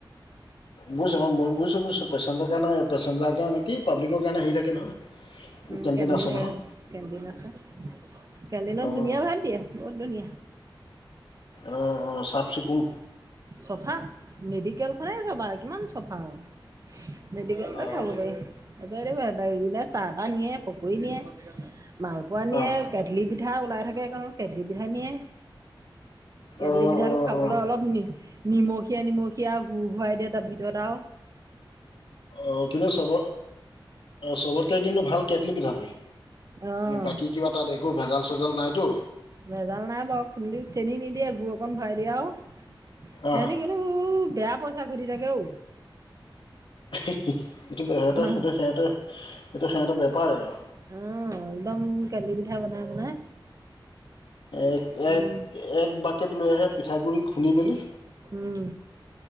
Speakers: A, on the left (about 75°); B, on the right (about 40°).
A: বুজছো মই বুইছো বুইছো পেচেণ্ট কাৰণে পেচেঞ্জাৰকে আনি কি পাব্লিকৰ কাৰণে হেৰি থাকে নহয়।
B: উম
A: কেণ্টিন
B: কেন্টিন
A: আছে
B: থাকে
A: নহয়
B: কেন্টিন আছে। কেন্টিনত
A: অঁ
B: ধুনীয়া ভাত দিয়ে বহুত ধুনীয়া।
A: অঁ অঁ চাহ চিকুণ
B: চফা মেডিকেলখনে চফা কিমান চাফা আৰু। মেডিকেলতে
A: অঁ
B: খাব পাৰি তছত ই বাহেত আহি কিনে চাহ তাহ নিয়ে পকৰী নিয়ে। মালপোৱা নিয়ে,
A: অঁ
B: কেথলি পিঠা ওলাই থাকে কাৰণ কেথলি পিঠা নিয়ে। কেটলি
A: অঁ
B: পিঠাটো
A: অঁ
B: খাবলৈ
A: অঁ
B: অলপ নি নিমখীয়া নিমখীয়া গুড় ভৰাই দিয়ে তাৰ ভিতৰত আও
A: অঁ কিন্তু চব চবতকৈ কিন্তু ভাল কেটলি পিঠাটো,
B: অ',
A: বাকী কিবা তাত একো ভেজাল চেজাল নাইতো
B: ভেজাল নাই বাৰু খু চেনি নিদিয়ে গুড় অকণ ভৰাই দিয়ে আও
A: অঁ
B: সেতি কিন্তু বেয়া পইচা ঘুটি থাকে ঔ
A: এইটো সহ সেইটো
B: অ',
A: সিহঁতেৰ এইটো সিহঁতৰ বেপাৰ আৰু
B: অহ একদম কেটলি পিঠা বনাই বনাই
A: এক
B: উম,
A: এক এক বাকেট লৈ আহে পিঠাগুৰি খুন্দি মেলি
B: উম